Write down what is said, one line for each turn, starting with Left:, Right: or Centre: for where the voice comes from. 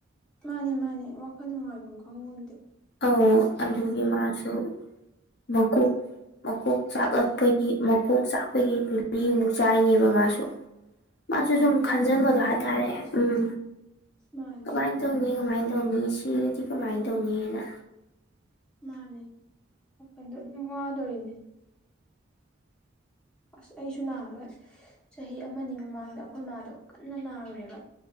Centre: ꯃꯥꯅꯦ ꯃꯥꯅꯦ ꯋꯥꯈꯜ ꯅꯨꯡꯉꯥꯏꯐꯝ ꯈꯪꯕꯣꯟꯗꯦ
Left: ꯑ ꯑꯗꯨꯒꯤ ꯃꯥꯁꯨ ꯃꯀꯣꯛ ꯃꯀꯣꯛ ꯆꯥꯛꯂꯛꯄꯒꯤ ꯃꯀꯣꯛ ꯆꯥꯛꯄꯒꯤ ꯒꯨꯂꯤ ꯃꯨꯛ ꯆꯥꯏꯅꯦꯕ ꯃꯥꯁꯨ ꯃꯥꯁꯨ
Centre: ꯎꯝ
Left: ꯁꯨꯝ ꯈꯟꯖꯤꯟꯕꯗꯣ
Centre: ꯋꯥꯈꯟꯗꯣ
Left: ꯍꯥꯏ
Centre: ꯁꯨꯝ
Left: ꯇꯔꯦ ꯎꯝ
Centre: ꯃꯥꯅꯦ
Left: ꯀꯃꯥꯏꯅ ꯇꯧꯅꯤ ꯀꯃꯥꯏꯅ ꯇꯧꯅꯤ ꯁꯤꯔꯗꯤ ꯀꯃꯥꯏꯅ
Centre: ꯎꯝ
Left: ꯇꯧꯅꯤꯅ
Centre: ꯃꯥꯅꯦ ꯋꯥꯈꯜꯗ ꯑꯗꯨꯝ ꯋꯥꯗꯣꯔꯤꯅꯦ ꯑꯁ ꯑꯩꯁꯨ ꯅꯍꯜꯂꯣꯏ ꯆꯍꯤ ꯑꯃꯅꯤ ꯃꯃꯥꯡꯗ ꯑꯩꯈꯣꯏ ꯃꯥꯗꯣ ꯀꯟꯅ ꯅꯥꯔꯨꯔꯦꯕ